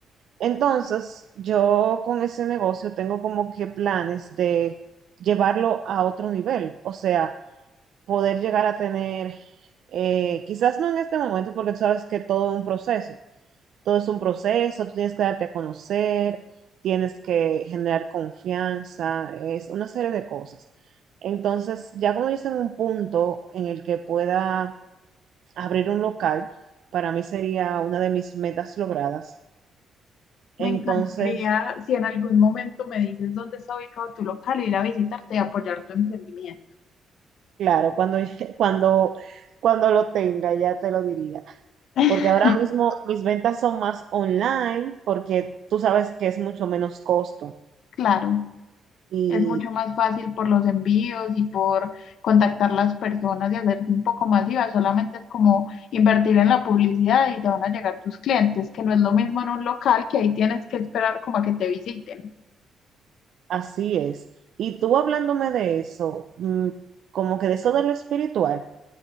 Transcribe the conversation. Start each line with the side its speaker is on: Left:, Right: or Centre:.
Right: Entonces, yo con ese negocio tengo como que planes de llevarlo a otro nivel, o sea, poder llegar a tener, eh, quizás no en este momento, porque tú sabes que todo es un proceso todo es un proceso, tú tienes que darte a conocer, tienes que generar confianza, es una serie de cosas. Entonces, ya cuando yo esté en un punto en el que pueda abrir un local, para mí sería una de mis metas logradas.
Left: me
Right: Entonces,
Left: encantaría si en algún momento me dices dónde está ubicado tu local, ir a visitarte y apoyar tu emprendimiento.
Right: claro, cuando, <laughs> cuando, cuando lo tenga, ya te lo diría.
Left: <laughs>
Right: Porque ahora mismo mis ventas son más online, porque tú sabes que es mucho menos costo.
Left: Claro.
Right: Y
Left: Es mucho más fácil por los envíos y por contactar las personas y hacerse un poco masiva. Solamente es como invertir en la publicidad y te van a llegar tus clientes, que no es lo mismo en un local que ahí tienes que esperar como a que te visiten.
Right: Así es. Y tú hablándome de eso, mm, como que de eso de lo espiritual,